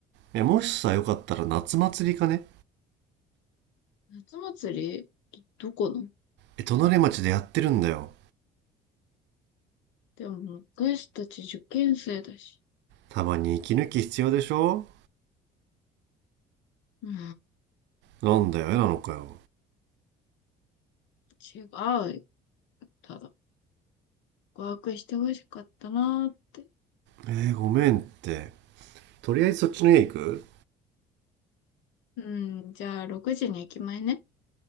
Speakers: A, on the right; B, on the left.
A: え、もしさ、よかったら夏祭りかね
B: 夏祭りどこの
A: え、隣町でやってるんだよ。
B: でも、私たち受験生だし。
A: たまに息抜き必要でしょ
B: うん、
A: なんだよ、えなのかよ。
B: 違う。ただ、告白してほしかったなーって。
A: えー、ごめんって。とりあえずそっちの家行く
B: うん、じゃあ、6時に駅前ね。